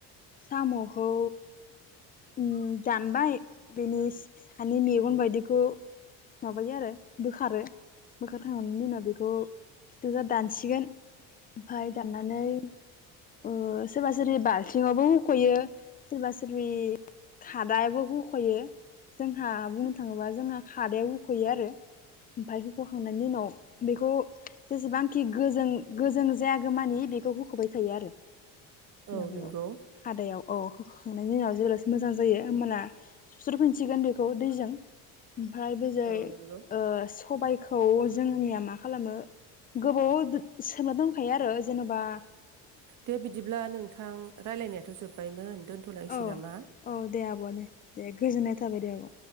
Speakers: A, on the left (about 25°); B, on the right (about 45°).
A: साम'खौ ओ दानबाय बेनि सा सानि मेगन बायदिखौ माबायो आरो बोखारो बोखारखांनायनि उनाव बेखौ खिथावजा दानसिगोन ओमफाय दाननानै ओ सोरबा सोरबि बालथिङावबो हुख'यो सोरबा सोरबि खादायाबो होख'यो जोंहा बुंनो थाङोबा जोंहा खादायाव होख'यो आरो ओमफफ्राय होख'खांनायनि उनाव बेखौ जेसेबांखि गोजों गोजों जायगो मानि बेखौ होख'बाय थायो आरो
B: औ
A: माबायाव
B: नंगौ
A: खादायाव अ होखांनायनि उनाव जेर मोजां जायो होमबाना सुस्र फिनसिगोन बेखौ दैजों ओमफ्राय बेजै
B: औ नंगौ
A: ओ सबायखौ जोंनिया मा खालामो गोबाव सोना दंखायो आरो जेनेबा
B: दे बिदिब्ला नोंथां रायलायनायाथ' जोब्बायमोन दोनथ'लायनोसै
A: औ
B: नामा
A: औ दे आब' दे दे गोजोननाय थाबाय दे आब'